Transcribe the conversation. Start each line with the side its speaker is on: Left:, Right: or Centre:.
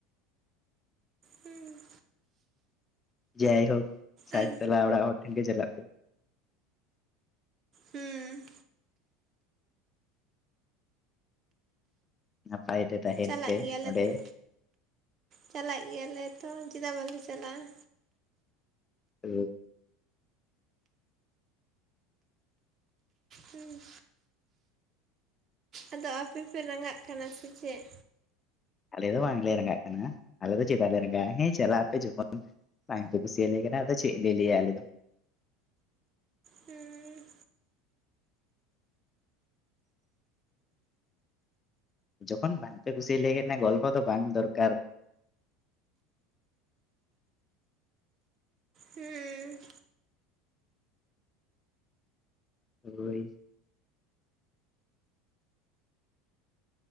Right: ᱦᱩᱸ᱾
Left: ᱡᱟᱭᱦᱳᱠ ᱥᱟᱭᱴ
Right: ᱟᱨ
Left: ᱛᱟᱞᱟ ᱚᱲᱟᱜ ᱦᱚᱲ ᱴᱷᱮᱱ ᱜᱮ ᱪᱟᱞᱟᱜ ᱯᱮ᱾
Right: ᱦᱩᱸ
Left: ᱱᱟᱯᱟᱭ ᱛᱮ ᱛᱟᱦᱮᱱ
Right: ᱪᱟᱞᱟᱜ
Left: ᱯᱮ
Right: ᱜᱮᱭᱟᱞᱮ
Left: ᱚᱸᱰᱮ᱾
Right: ᱛᱚ ᱪᱟᱞᱟᱜ ᱜᱮᱭᱟᱞᱮ ᱛᱚ ᱪᱮᱫᱟᱜ ᱵᱟᱞᱮ ᱪᱟᱞᱟᱜᱼᱟ?
Left: <inaudible>
Right: ᱦᱩᱸ᱾ ᱟᱫᱚ ᱟᱯᱮ ᱯᱮ ᱨᱟᱸᱜᱟᱜ ᱠᱟᱱᱟ ᱥᱮ ᱪᱮᱫ?
Left: ᱟᱞᱮ ᱫᱚ ᱵᱟᱝᱞᱮ ᱨᱟᱸᱜᱟᱜ ᱠᱟᱱᱟ ᱟᱞᱮ ᱫᱚ ᱪᱮᱫᱟᱜ ᱞᱮ ᱨᱟᱸᱜᱟᱜᱼᱟ ᱦᱮᱸ ᱪᱟᱞᱟᱜ ᱟᱯᱮ ᱡᱚᱠᱷᱚᱱ ᱵᱟᱝ ᱯᱮ ᱠᱩᱥᱤᱭᱟᱞᱮ ᱠᱟᱱᱟ ᱟᱫᱚ ᱪᱮᱫ ᱞᱮ ᱞᱟᱹᱭᱟ ᱟᱞᱮ ᱫᱚ᱾
Right: ᱦᱩᱸ᱾
Left: ᱡᱚᱠᱷᱚᱱ ᱵᱟᱝ ᱯᱮ ᱠᱩᱥᱤᱭᱟᱞᱮ ᱠᱟᱱᱟ ᱜᱚᱞᱯᱚ ᱫᱚ ᱵᱟᱝ ᱫᱚᱨᱠᱟᱨ᱾
Right: ᱦᱩᱸ᱾
Left: ᱦᱳᱭ᱾